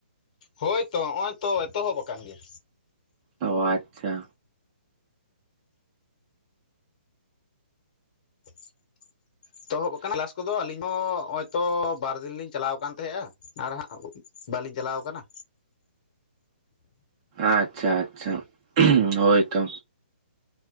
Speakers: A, on the left (about 40°); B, on the right (about 30°).
A: ᱦᱳᱭ ᱛᱚ ᱱᱚᱜᱼᱚᱭ ᱛᱚ ᱮᱛᱚᱦᱚᱵ ᱟᱠᱟᱱ ᱜᱮᱭᱟ᱾
B: ᱚ ᱟᱪᱪᱷᱟ᱾
A: <inaudible> ᱮᱛᱚᱦᱚᱵ ᱟᱠᱟᱱᱟ ᱠᱮᱞᱟᱥ ᱠᱚ ᱫᱚ ᱟᱞᱤᱧ ᱦᱚᱜᱼᱚᱭ ᱛᱚ ᱵᱟᱨ ᱫᱤᱱ ᱞᱤᱧ ᱪᱟᱞᱟᱣ ᱟᱠᱟᱱ ᱛᱟᱦᱮᱸᱜᱼᱟ᱾ ᱟᱨ ᱦᱟᱸᱜ ᱵᱟᱹᱞᱤᱧ ᱪᱟᱞᱟᱣ ᱠᱟᱱᱟ᱾
B: ᱟᱪᱪᱷᱟ ᱟᱪᱪᱷᱟ ᱦᱳᱭ ᱛᱚ᱾